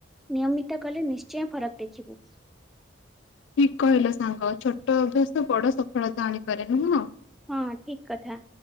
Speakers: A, in the centre; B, on the left.
A: ନିୟମିତ କଲେ ନିଶ୍ଚୟ ଫରକ ଦେଖିବୁ।
B: ଠିକ୍ କହିଲ ସାଙ୍ଗ ଛୋଟ ଅଭ୍ୟାସ ବଡ଼ ସଫଳତା ଆଣିପାରେ ନୁହଁ?
A: ହଁ ଠିକ୍ କଥା।